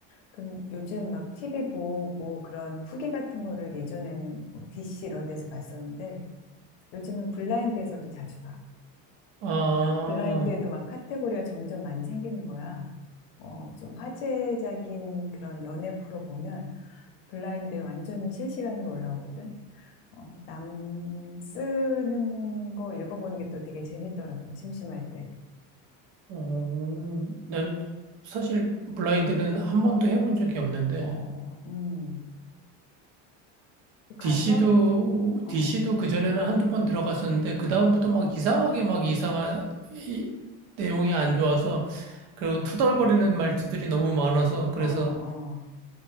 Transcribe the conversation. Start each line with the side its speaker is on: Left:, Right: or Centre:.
Left: 그럼 요즘 막 TV 보고 그런 후기 같은 거를 예전에는 뭐 DC 이런 데서 봤었는데 요즘은 블라인드에서도 자주 봐.
Right: 아,
Left: 블라인드에도 막 카테고리가 점점 많이 생기는 거야. 어, 좀 화제적인 그런 연애 프로 보면 블라인드에 완전히 실시간으로 올라오거든. 어, 남 쓰는 거 읽어보는 게 또 되게 재밌더라고, 심심할 때.
Right: 어, 나는 사실 블라인드는 한 번도 해본 적이 없는데,
Left: 어, 음. 가서,
Right: DC도,
Left: 어,
Right: DC도 그전에는 한두 번 들어갔었는데, 그다음부터 막 이상하게 막 이상한 이, 내용이 안 좋아서, 그리고
Left: 아, 맞아.
Right: 투덜거리는 말투들이 너무 많아서, 그래서
Left: 어, 어,